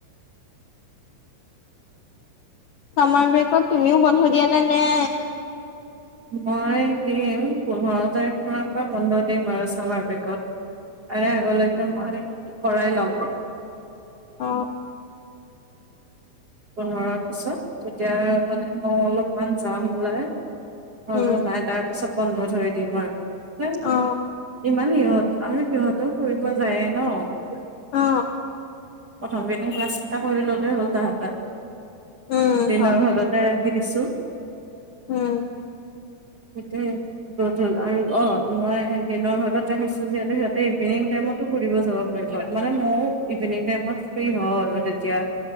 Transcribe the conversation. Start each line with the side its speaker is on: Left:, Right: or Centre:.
Left: চামাৰ ব্ৰেকৰ তুমিও বন্ধ দিয়া নে নে
Right: মই দিম পোন্ধৰ তাৰিখ মৰ পৰা বন্ধ দিম আৰু ছমাৰ বিগত আৰে আগলৈকে মই কৰাই লম
Left: অ
Right: পোন্ধৰৰ পিছত তেতিয়া আৰু মানে মই অলপমান যাম ওলাই হলো
Left: উম
Right: নাই তাৰ পিছত বন্ধ ধৰি দিম আৰু
Left: অ
Right: ইমান সহত আৰু সহঁতও ফুৰিব যায়ে ন
Left: অ
Right: প্ৰথম কেই ক্লাছ কেইটা কৰি ললে হ'ল তাহতত
Left: উম
Right: দিনৰ
Left: হয়
Right: ঘৰতে আহি আছো
Left: উম
Right: সেইটোয় গধল আৰু অ মই দিনৰ ভাগত ৰাখিছো যিহু সিহঁতে ইভিনিং ব ম ম <unintelligible> ফ্ৰী হও আৰু তেতিয়া